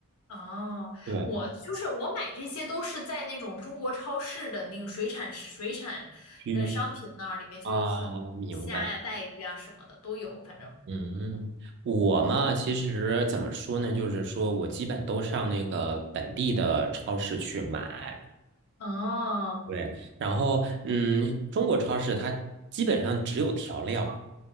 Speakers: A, on the left (about 80°); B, on the right (about 50°).
A: 哦，
B: 对，
A: 我就是我买这些都是在那种中国超市的那个水产水产呃商品那儿，
B: 鱼
A: 里面就有很多虾呀、
B: 啊，明白。
A: 带鱼啊什么的都有，反正。
B: 嗯，我嘛，其实怎么说呢，就是说我基本都上那个本地的超市去买，
A: 哦。
B: 对，然后嗯，中国超市它基本上只有调料，